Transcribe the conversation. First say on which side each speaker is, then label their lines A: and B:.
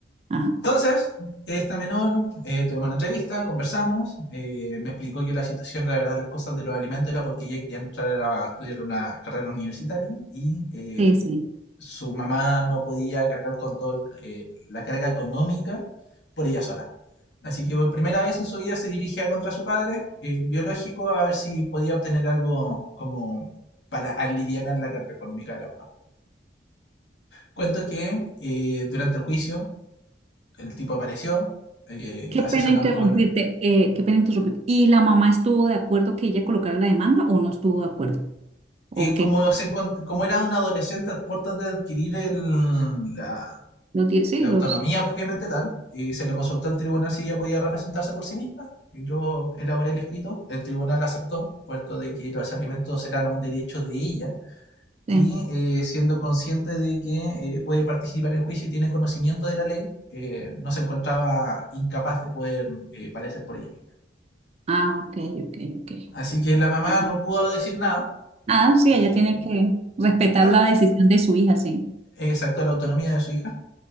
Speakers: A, on the right; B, on the left.
A: Ah,
B: Entonces, esta menor, eh, tuvimos una entrevista, conversamos, eh, me explicó que la situación, la verdad, las cosas de los alimentos era porque ella quería entrar a estudiar una carrera universitaria y eh,
A: sí, sí.
B: su mamá no podía cargar con toda eh, la carga económica por ella sola. Así que por primera vez en su vida se dirigía contra su padre eh, biológico a ver si podía obtener algo como para aliviar la carga económica de la mamá. Cuento que eh, durante el juicio el tipo apareció, eh,
A: Qué
B: asesorado
A: pena interrumpirte,
B: por...
A: eh, qué pena interrumpirte. ¿Y la mamá estuvo de acuerdo que ella colocara la demanda o no estuvo de acuerdo? ¿O
B: eh,
A: qué?
B: como, se encont- como era un adolescente a puertas de adquirir el- la,
A: ¿Lo tiene? Sí,
B: la
A: los...
B: autonomía propiamente tal, eh, se le consultó al tribunal si ella podía representarse por sí misma. Yo elaboré el escrito, el tribunal aceptó, puesto de que los alimentos eran un derecho de ella,
A: eh.
B: y eh, siendo consciente de que eh, puede participar en juicio y tiene conocimiento de la ley, eh, no se encontraba incapaz de poder eh, parecer por ella misma.
A: Ah, ok, ok, ok.
B: Así que la mamá
A: Ajá.
B: no pudo decir nada,
A: Ah, sí,
B: eh,
A: ella tiene que respetar
B: da-
A: la decisión de su hija, sí.
B: exacto, la autonomía de su hija.